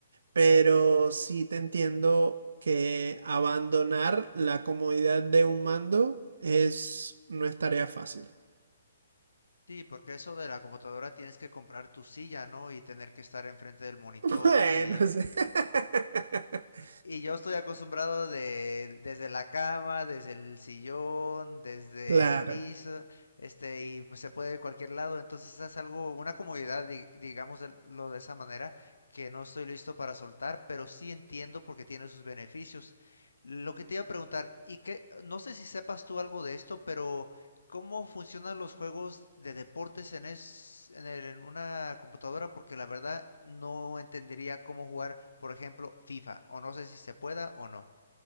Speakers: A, on the right; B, on the left.
A: pero sí te entiendo que abandonar la comodidad de un mando es, no es tarea fácil.
B: Sí, porque eso de la computadora tienes que comprar tu silla, ¿no? Y tener que estar enfrente del monitor.
A: <laughs> Bueno,
B: Y,
A: sí. <laughs>
B: y yo estoy acostumbrado de, desde la cama, desde el sillón, desde
A: Claro.
B: el piso, este, y pues se puede de cualquier lado. Entonces es algo, una comodidad, di- digamos, de, lo de esa manera, que no estoy listo para soltar, pero sí entiendo porque tiene sus beneficios. Lo que te iba a preguntar, y que, no sé si sepas tú algo de esto, pero... ¿Cómo funcionan los juegos de deportes en, es, en, el- en una computadora? Porque la verdad no entendería cómo jugar, por ejemplo, FIFA, o no sé si se pueda o no.